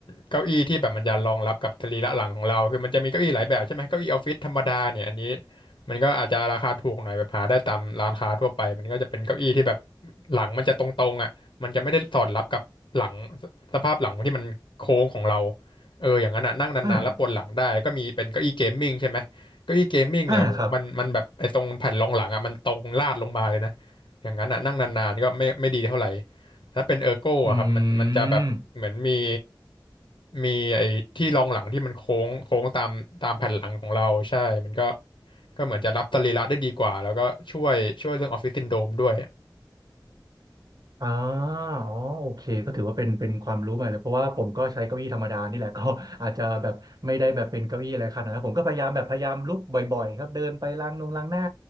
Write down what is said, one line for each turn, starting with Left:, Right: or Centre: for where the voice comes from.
Left: เก้าอี้ที่แบบมันจะรองรับกับสรีระหลังของเราคือมันจะมีเก้าอี้หลายแบบใช่ไหมเก้าอี้ออฟฟิศธรรมดาเนี่ยอันนี้มันก็อาจจะราคาถูกหน่อยแบบหาได้ตามร้านค้าทั่วไปมันก็จะเป็นเก้าอี้ที่แบบหลังมันจะตรงๆอ่ะมันจะไม่ได้สอดรับกับหลังสสภาพหลังที่มันโค้งของเราเอออย่างนั้นอ่ะนั่งนานๆแล้วปวดหลังได้ก็มีเป็นเก้าอี้เกมมิ่งใช่ไหมเก้าอี้เกมมิ่งเนี่ยโหมันมันแบบไอ้ตรงแผ่นรองหลังอ่ะมันตรงลาดลงมาเลยนะ
Right: อ่าอ่าครับ
Left: อย่างนั้นอ่ะนั่งนานๆก็ไม่ไม่ดีเท่าไหร่ ถ้าเป็นเออร์โก้อะครับมันมันจะแบบเหมือนมี
Right: อืม
Left: มีไอ้ที่รองหลังที่มันโค้งโค้งตามตามแผ่นหลังของเราใช่มันก็ก็เหมือนจะรับสรีระได้ดีกว่าแล้วก็ช่วยช่วยเรื่องออฟฟิศซินโดรมด้วย
Right: อ่าอ๋อโอเคก็ถือว่าเป็นเป็นความรู้ใหม่เลยเพราะว่าผมก็ใช้เก้าอี้ธรรมดานี่แหละ <laughs> ก็อาจจะแบบไม่ได้แบบเป็นเก้าอี้อะไรขนาดนั้นผมก็พยายามแบบพยายามลุกบ่อยๆครับเดินไปล้างนงล้างหน้า